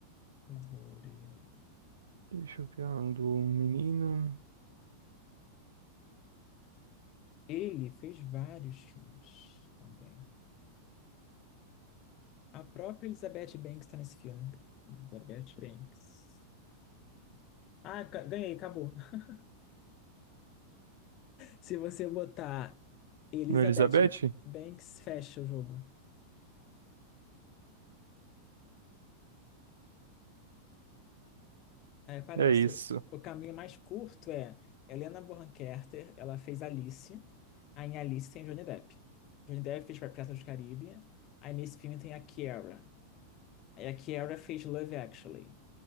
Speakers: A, on the left; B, on the right.
A: Glórias.
B: Deixa eu ver um do menino.
A: Ele fez vários filmes também. A própria Elizabeth Banks está nesse filme. né? Elizabeth Banks. Ah, ga- ganhei, acabou. <laughs> Se você botar Elizabeth
B: No Elizabeth?
A: Banks, fecha o jogo. Aí aparece.
B: É isso.
A: O o caminho mais curto é Helena Bonham Carter, ela fez Alice. Aí em Alice tem Johnny Depp. Johnny Depp fez Piratas do Caribe. Aí nesse filme tem a Kiara. Aí a Kiara fez Love Actually.